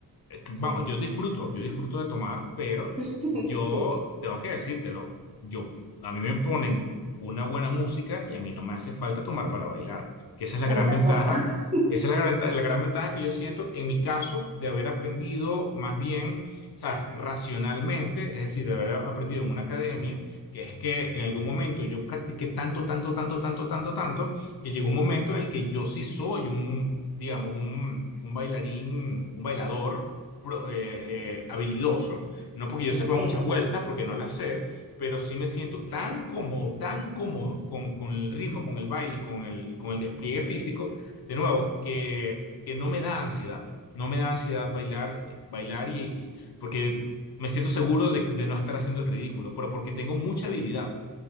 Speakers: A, on the left (about 75°); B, on the right (about 20°).
A: eh,
B: sí.
A: Vamos, yo disfruto, yo disfruto de tomar, pero
B: <laughs>
A: yo
B: Sí.
A: tengo que decírtelo. Yo, a mí me ponen una buena música y a mí no me hace falta tomar para bailar, que esa es la
B: A
A: gran
B: mí tampoco.
A: ventaja.
B: <laughs>
A: Esa es la gran, venta- la gran ventaja que yo siento en mi caso de haber aprendido más bien, ¿sabes? Racionalmente, es decir, de haber aprendido en una academia, que es que en algún momento yo practiqué tanto, tanto, tanto, tanto, tanto, tanto, que llegó un momento en el que yo sí soy un, digamos, un, un bailarín, un bailador pro- eh, eh, habilidoso, no porque yo sepa
B: Ok.
A: muchas vueltas, porque no las sé, pero sí me siento tan cómodo, tan cómodo con, con el ritmo, con el baile, con el, con el despliegue físico, de nuevo, que, que no me da ansiedad, no me da ansiedad bailar, bailar y, y- porque me siento seguro de, de no estar haciendo el ridículo, pero porque tengo mucha habilidad.